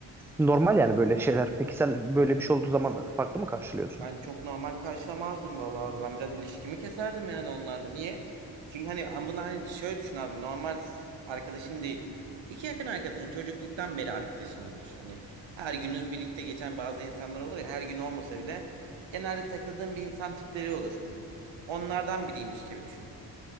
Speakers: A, in the centre; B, on the right.
A: normal yani böyle şeyler. Peki sen böyle bir şey olduğu zaman farklı mı karşılıyorsun?
B: Ben çok normal karşılamazdım vallahi abi. Ben biraz ilişkimi keserdim yani onlarla. Niye? Çünkü hani ben bunu hani şöyle düşün abi. Normal s- arkadaşın değil. İki yakın arkadaşın, çocukluktan beri arkadaşın gibi düşün. Hani her gününüz birlikte geçen bazı insanlar olur ya her gün olmasa bile genelde takıldığın bir insan tipleri olur. Hani onlardan biriymiş gibi düşün.